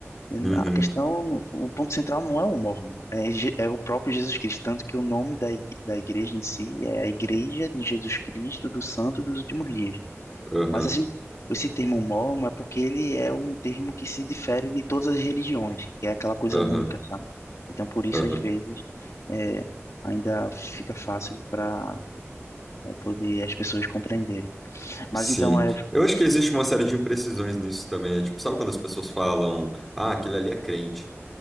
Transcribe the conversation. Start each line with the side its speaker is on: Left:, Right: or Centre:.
Left: é,
Centre: Uhum.
Left: a questão, o ponto central não é o mormon, é, Je- é o próprio Jesus Cristo, tanto que o nome da, ig- da igreja em si é a Igreja de Jesus Cristo dos Santos dos Últimos Dias.
Centre: Aham.
Left: Mas assim, esse termo mormon é porque ele é um termo que se difere de todas as religiões, que é aquela coisa
Centre: Aham.
Left: única, sabe? Então, por isso,
Centre: Aham.
Left: às vezes, é, ainda fica fácil para poder as pessoas compreenderem. Mas
Centre: Sim.
Left: então, é,
Centre: Eu acho que existe uma série de imprecisões nisso também. é Tipo, sabe quando as pessoas falam, ah, aquele ali é crente?